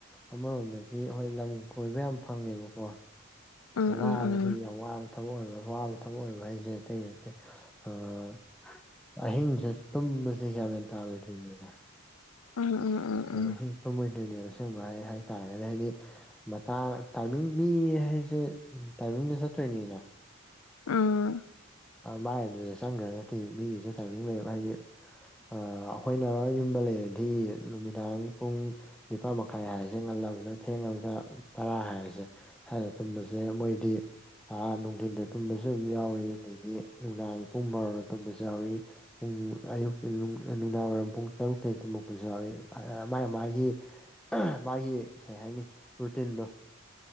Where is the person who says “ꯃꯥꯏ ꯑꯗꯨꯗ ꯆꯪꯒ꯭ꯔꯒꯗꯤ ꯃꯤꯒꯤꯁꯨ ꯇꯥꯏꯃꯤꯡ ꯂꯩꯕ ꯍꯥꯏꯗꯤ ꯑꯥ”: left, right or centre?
Centre